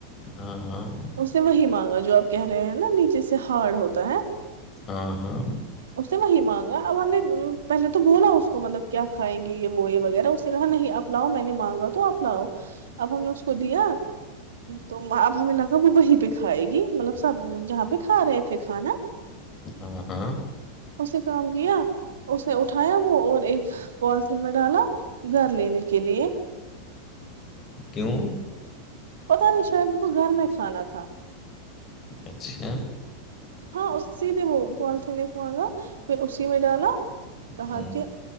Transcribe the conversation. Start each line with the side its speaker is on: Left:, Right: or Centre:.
Left: ہاں ہاں
Right: سے وہی مانگا جو آپ کہہ رہے ہیں نا نیچے سے ہارڈ ہوتا ہے
Left: ہاں ہاں
Right: اس سے وہی مانگا اب ہم نے پہلے تو بولا اس کو مطلب کیا کھائیں گے یہ وہ یہ وغیرہ اس نے کہا نہیں اپ لاؤ میں نے مانگا تو اپ لاؤ اب ہم نے اس کو دیا تو اب ہمیں لگا وہ وہیں پہ کھائے گی مطلب سب جہاں پہ کھا رہے تھے کھانا
Left: ہ ہاں
Right: سے کام گیا اسنے اٹھایا وہ اور ایک پولیتھین میں ڈالا گھر لینے کے لیے
Left: کیوں
Right: پتا نہیں شاید اس کو گھر میں کھانا تھا
Left: اچھا
Right: ہاں اس سیدھے وہ پولیتھین ایک مانگا پھر اسی میں ڈالا
Left: ہوں،
Right: کہا ک